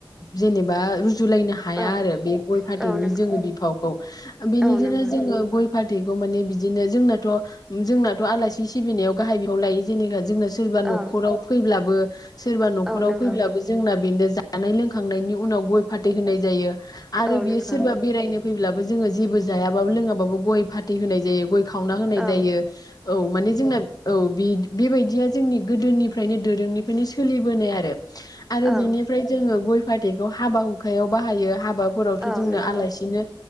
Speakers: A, on the left; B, in the centre.
A: जेनेबा रु जुलायनो हाया
B: औ
A: आरो बे गय फाथैनि
B: औ नंगौ
A: जों बिफावखौ बेनिदोनो
B: औ नंगौ
A: जोङो गय फा फाथैखौ माने बिदिनो जोंनाथ' जोंनाथ' आलासि सिबिनायाव गाहाइ बिफाव लायो जेनेबा जों सोरबा
B: औ
A: नखराव फैब्लाबो <inaudible> सोरबा नखराव
B: औ नंगौ
A: फैब्लाबो जोंना बेनो जानाय लोंखांनायनि उनाव गय फाथै होनाय जायो आरो
B: औ नंगौ औ
A: बियो
B: नंगौ
A: सोरबा बेरायनो फैब्लाबो जोङो जेबो जायाबाबो लोङाबाबो गय फाथै होनाय जायो। गय खावना होनाय
B: औ
A: जायो औ माने जोंना औ बे बे बेबायदिया जोंनि गोदोनिफ्रायनो दोरोंनिफ्रायनो सोलिबोनाय आरो आरो
B: औ
A: बिनिफ्राय जोङो गय फाथैखौ हाबा हुखायाव बाहायो। हाबा फोरावथ'
B: औ
A: जोंना
B: नंगौ
A: आलासिनो